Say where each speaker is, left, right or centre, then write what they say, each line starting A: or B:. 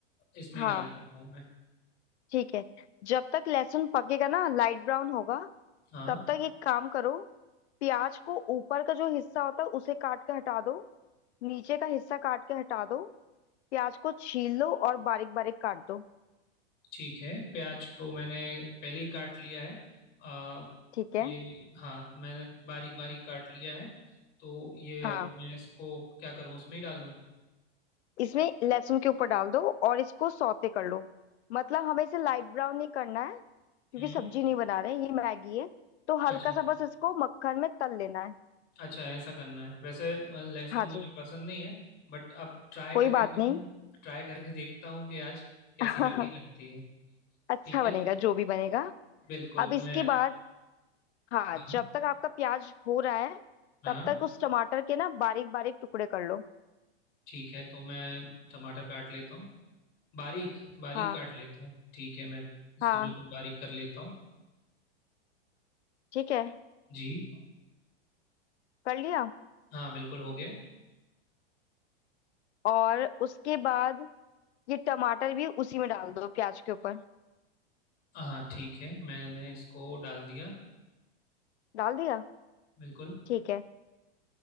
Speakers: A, on the left (about 30°); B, on the left (about 85°).
A: इसमें
B: हाँ
A: ही डाल देता हूँ मैं
B: ठीक है जब तक लहसुन पकेगा ना लाइट ब्राउन होगा
A: हाँ
B: तब तक एक काम करो प्याज को ऊपर का जो हिस्सा होता है उसे काट के हटा दो नीचे का हिस्सा काट के हटा दो प्याज को छील लो और बारीक बारीक काट दो
A: ठीक है प्याज को मैंने पहले ही काट लिया है आ,
B: ठीक
A: ये
B: है
A: हाँ मैंने बारीक बारीक काट लिया है तो ये
B: हाँ
A: अब मैं इसको क्या करूँ उसमें ही डाल दूँ
B: इसमें लहसुन के ऊपर डाल दो और इसको सौते कर लो मतलब हमें इसे लाइट ब्राउन नहीं करना है क्योंकि
A: हम्म
B: सब्जी नहीं बना रहे ये मैगी है तो हल्का
A: अच्छा
B: सा बस इसको मक्खन में तल लेना है
A: अच्छा ऐसा करना है वैसे अ, लहसुन
B: हाँ
A: मुझे
B: जी
A: पसंद नहीं है बट अब ट्राई
B: कोई
A: करके
B: बात
A: देखूँ
B: नहीं
A: ट्राई करके देखता हूँ कि आज कैसी
B: <laughs>
A: मैगी बनती है
B: अच्छा
A: ठीक
B: बनेगा
A: है तो
B: जो भी बनेगा
A: बिल्कुल
B: अब इसके
A: मैं
B: बाद हाँ
A: हाँ
B: जब तक आपका प्याज हो रहा है
A: हाँ
B: तब तक उस टमाटर के ना बारीक बारीक टुकड़े कर लो
A: ठीक है तो मैं टमाटर काट लेता हूँ बारीक बारीक
B: हाँ
A: काट लेता हूँ ठीक है मैं इसको
B: हाँ
A: बिल्कुल बारीक कर लेता हूँ
B: ठीक है
A: जी
B: कर लिया
A: हाँ बिल्कुल हो गया
B: और उसके बाद ये टमाटर भी उसी में डाल दो प्याज के ऊपर
A: हाँ ठीक है मैंने इसको डाल दिया
B: डाल दिया
A: बिल्कुल
B: ठीक है